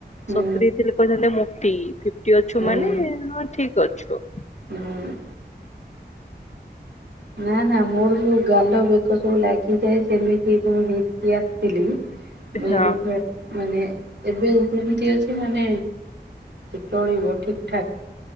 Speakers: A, on the right; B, on the left.
A: ହୁଁ
B: ସତୁୁରି ଥିଲେ କହିଥାନ୍ତେ ମୋଟି-ଇ। ଅଛୁ
A: ହୁଁ
B: ମାନେ-ଏ, ହଁ ଠିକ ଅଛୁ।
A: ହୁଁ। ନା ନା ମୋର ଯୋଉ। ଗାଲ ବେକ ସବୁ ଲାଗିଯାଏ, ସେମିତି ମୁଁ ହେଇକି ଆସିଥିଲି,
B: ହଁ
A: ମୁଁ ଏବେ ପୁରା ମାନେ ଏବେ ଯେମିତି ଅଛି ମାନେ, ଚଳିବ ଠିକ ଠାକ।